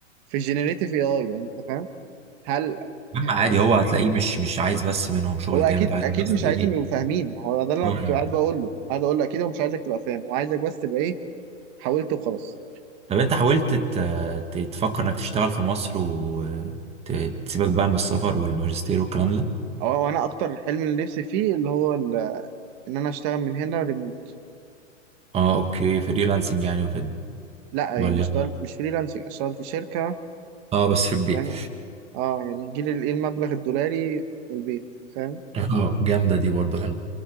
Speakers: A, on the right; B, on the right.
A: في الجينيريتيف اي اي يعني انت فاهم هل
B: مهم
A: يعني
B: عادي هو هتلاقيه مش مش عايز بس منهم شغل
A: هو اكيد
B: جامد عايز
A: اكيد
B: بس
A: مش عايزهم
B: ايه
A: يبقوا فاهمين ما هو ده اللي
B: مم.
A: انا كنت قاعد بقول له قاعد اقول له اكيد هو مش عايزك تبقى فاهم هو عايزك بس تبقى ايه حاولت وخلاص
B: طب انت حاولت ت- ت- تفكر انك تشتغل في مصر وتسيبك بقى من السفر والماجستير والكلام ده
A: او انا اكتر الحلم اللي نفسي فيه اللي هو ال- ان انا اشتغل من هنا ريموت
B: اه اوكي فريلانسنج يعني وكده
A: لا
B: ولا
A: يعني اشتغل مش فريلانسنج اشتغل في شركة
B: اه بس في
A: بس
B: البيت
A: يعني اه يعني يجي لي الايه المبلغ الدولاري من البيت فاهم
B: اه جامدة دي برضه حلو